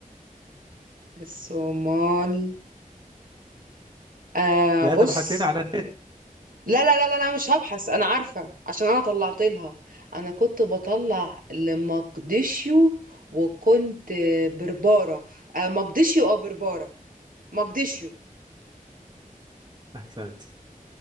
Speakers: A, on the right; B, on the right.
A: الصومال آه
B: لا
A: بص
B: تبحثين على النت
A: لا لا لا لا انا مش هبحث انا عارفه عشان انا طلعت لها انا كنت بطلع لمقدشيو وكنت برباره آه، مقدشيو او برباره مقدشيو
B: أحسنت